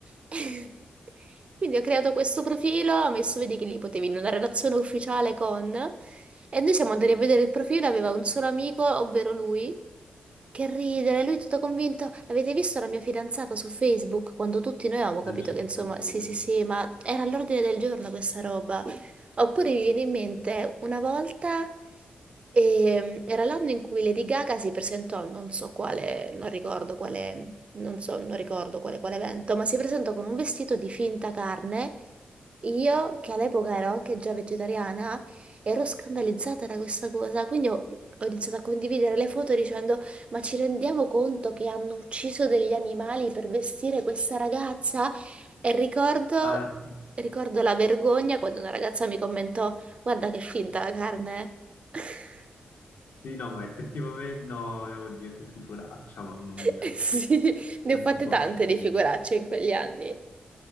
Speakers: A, on the right (about 35°); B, on the left (about 80°).
A: <laughs> Quindi ho creato questo profilo, ho messo, vedi che lì potevi in una relazione ufficiale con, e noi siamo andati a vedere il profilo, aveva un solo amico, ovvero lui, che ridere, lui tutto convinto, avete visto la mia fidanzata su Facebook? Quando tutti noi avevamo
B: Non
A: capito
B: ci
A: che
B: posso
A: insomma,
B: credere.
A: sì sì sì, ma era all'ordine del giorno questa roba. Oppure mi viene in mente una volta, ehm, era l'anno in cui Lady Gaga si presentò, a non so quale, non ricordo quale non so, non ricordo quale, quale evento, ma si presentò con un vestito di finta carne. Io, che all'epoca ero anche già vegetariana, ero scandalizzata da questa cosa, quindi ho, ho iniziato a condividere le foto dicendo: Ma ci rendiamo conto che hanno ucciso degli animali per vestire questa ragazza? E ricordo,
B: Ah,
A: ricordo la vergogna quando una ragazza mi commentò: Guarda che finta la carne! <laughs>
B: sì, no, ma effettivamente no, eh, oddio che figuraccia, mamma mia,
A: Eh Sì, ne
B: non
A: ho fatte
B: ci posso
A: tante
B: credere.
A: di figuracce in quegli anni.